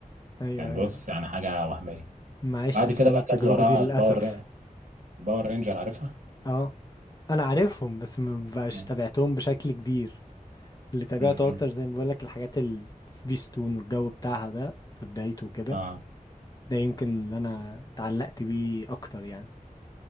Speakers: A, on the left; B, on the right.
A: ايوه
B: كان
A: ايوه
B: بص يعني حاجة وهمية
A: ما عشتش
B: بعد كده
A: انا
B: بقى
A: التجربة
B: كانت وراها
A: دي للأسف
B: الباور ري- الباور رينجر عارفها؟
A: اه انا عارفهم بس ما بقاش
B: مم.
A: تابعتهم بشكل كبير اللي تابعته
B: مم.
A: اكتر زي ما بقول لك الحاجات السبيستون والجو بتاعها ده في بدايته كده
B: اه
A: ده يمكن اللي انا اتعلقت بيه اكتر يعني